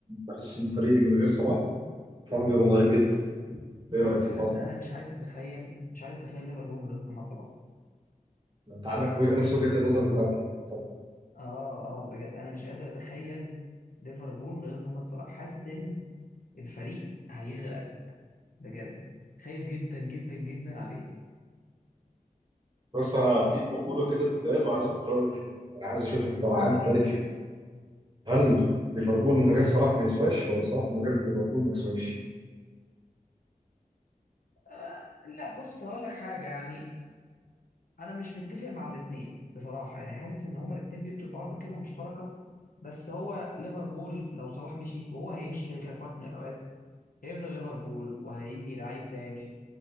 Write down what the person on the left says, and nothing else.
بجد
انا مش عايز اتخيل مش عايز اتخيل ليفربول من غير محمد صلاح
اه اه بجد انا مش قادر اتخيل ليفربول من غير محمد صلاح حاسس ان الفريق هيغرق بجد خايف جدا جدا جدا عليه
آه لا بص هقول لك حاجه يعني انا مش متفق مع الاثنين بصراحه يعني حاسس ان هما الاثنين بيدوا لبعض قيمه مشتركه بس هو ليفربول لو صلاح مشي وهو هيمشي كده كده في وقت من الاوقات هيفضل ليفربول وهيجي لعيب تاني